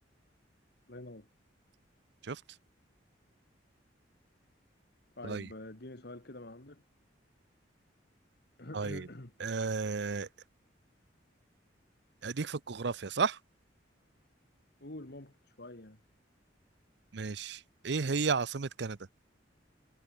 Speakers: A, on the left; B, on the right.
A: الله ينور
B: شفت؟
A: طيب
B: طيب
A: اديني سؤال كده من عندك <coughs>
B: طيب آه أديك في الجغرافيا صح؟
A: قول ممكن شوية يعني
B: ماشي إيه هي عاصمة كندا؟